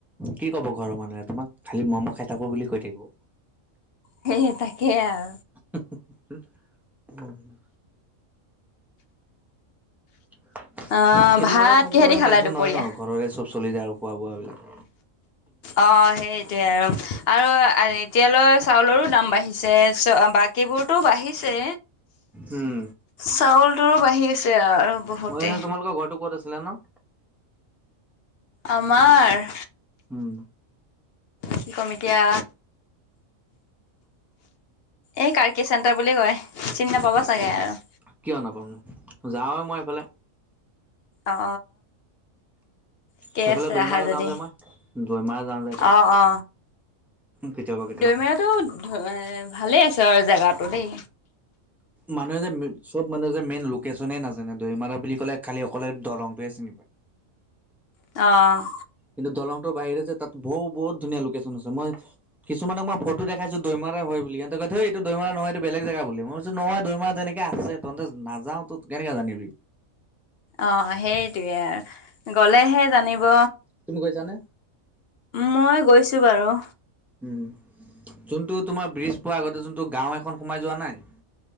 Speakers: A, in the centre; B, on the left.
A: কি ক'ব ঘৰৰ মানুহে, তোমাক খালি মৰমত খাই থাকে বুলি কৈ থাকিব।
B: সেই তাকে আৰু।
A: উ <unintelligible> খেতি
B: অ' ভাত
A: পথাৰ থাকিলে
B: কিহেদি
A: মানে
B: খালা
A: টেনচন
B: দুপৰীয়া?
A: নহয় ন', ঘৰৰে চব চলি যায় আৰু খোৱা বোৱা বিলাক।
B: অ, সেই এতিয়া আৰু আৰু এতিয়ালৈ চাউলৰো দাম বাঢ়িছে চ বাকীবোৰতো বাঢ়িছে।
A: উম,
B: চাউল তো বাঢ়ি আছে আৰু। বহুতে।
A: মই তোমালোকৰ ঘৰতটো ক'ত আছিলে ন?
B: আমাৰ
A: উম,
B: কি ক'ম এতিয়া। এই কাৰ্গি চেণ্টাৰ বুলি কয় চিনি নাপাব চাগে আৰু।
A: কিয় নাপাম যাওঁৱে মই এইফালে।
B: অ, ঠিক
A: সেইফালে
B: আছে
A: দৈমাৰা
B: অহা যদি,
A: যাওঁ যে মই দৈমাৰা যাওঁ যে এইফালে
B: অ, অ,
A: কেতিয়াবা কেতিয়াবা।
B: দৈমেৰাতটো এ ভালে আছে আৰু জেগা দেই।
A: মানুহে যে চব মানুহে যে মেইন লোকেশচনেই নাজানে দৈমাৰা বুলি ক'লে, খালি অকলে দলংটোৱে চিনি পায়।
B: অ,
A: কিন্তু দলংটোৰ বাহিৰে যে তাত ব বহুত ধুনীয়া লোকেশচন আছে মই কিছুমানক মই ফটো দেখাইছো। দৈমাৰ হয় বুলি কিন্তে কয় থ এইটো দৈমাৰ নহয় এইটো বেলেগ জেগ বুলিইছো নহয় দৈমা তেনেকে আছে তন্ততে নাযা তো। কেনেকে জানিবি?
B: অ, সেইটোৱে আৰু গলেহে জানিব।
A: তুমি গৈছা নে?
B: মই গৈছো বাৰু।
A: উম, যোনটো তোমাৰ ব্ৰিজ পোৱাৰ আগতে যোনটো গাও এখন সোমাই যোৱা নাই।